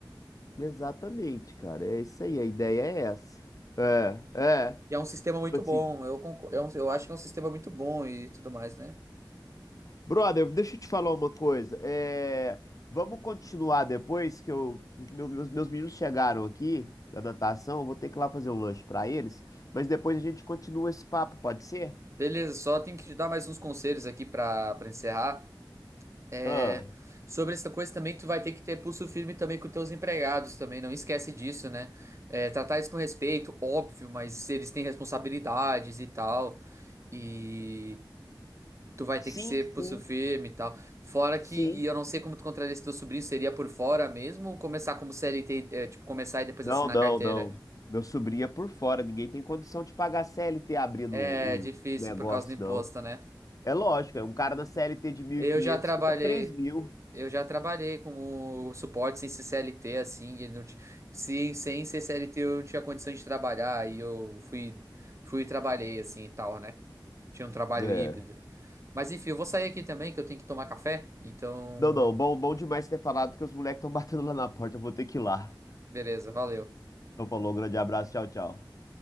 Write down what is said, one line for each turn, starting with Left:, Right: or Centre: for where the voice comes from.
Left: exatamente, cara. É isso aí, a ideia é essa. É, é.
Right: E é um sistema
Left: Tipo
Right: muito
Left: assim,
Right: bom. Eu, concor- é um- eu acho que é um sistema muito bom e tudo mais, né?
Left: Brother, deixa eu te falar uma coisa. É, vamos continuar depois que eu, meu- meus, meus meninos chegaram aqui da natação. Eu vou ter que ir lá fazer um lanche para eles, mas depois a gente continua esse papo, pode ser?
Right: Beleza, só tem que te dar mais uns conselhos aqui pra para encerrar. É,
Left: Ah,
Right: sobre essa coisa também, tu vai ter que ter pulso firme também com teus empregados também. Não esquece disso, né? É, tratar isso com respeito, óbvio, mas eles têm responsabilidades e tal. E tu vai
Left: sim,
Right: ter que ser pulso
Left: sim,
Right: firme e tal. Fora que
Left: sim.
Right: eu não sei como tu contraria esse teu sobrinho, seria por fora mesmo ou começar como CLT, é, tipo, começar e depois
Left: Não,
Right: assinar
Left: não,
Right: carteira?
Left: não. Meu sobrinho é por fora. Ninguém tem condição de pagar CLT abrindo
Right: É
Left: um
Right: difícil
Left: um negócio,
Right: por causa do imposto,
Left: não.
Right: né?
Left: É lógico, é um cara na CLT de mil
Right: Eu
Left: e quinhentos
Right: já trabalhei,
Left: fica três mil.
Right: eu já trabalhei com o suporte sem ser CLT, assim, e não ti- se sem ser CLT eu não tinha condição de trabalhar, aí eu fui, fui e trabalhei, assim, e tal, né? Tinha um trabalho
Left: É.
Right: híbrido. Mas enfim, eu vou sair aqui também, que eu tenho que tomar café, então,
Left: Não, não, bom, bom demais ter falado, porque os moleques estão batendo lá na porta. Eu vou ter que ir lá.
Right: beleza, valeu.
Left: Então falou, um grande abraço, tchau, tchau.